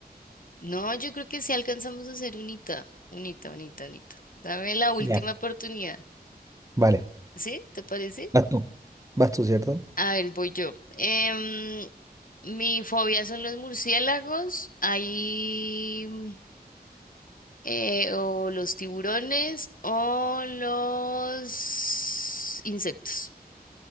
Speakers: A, on the left; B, on the right.
A: No, yo creo que sí alcanzamos a ser unita, unita, unita, unita. Dame la última
B: Ya.
A: oportunidad.
B: Vale,
A: ¿Sí? ¿Te parece?
B: vas tú. Vas tú, ¿cierto?
A: A ver, voy yo. Em, Mi fobia son los murciélagos, ahí mm, eh, o los tiburones o los insectos.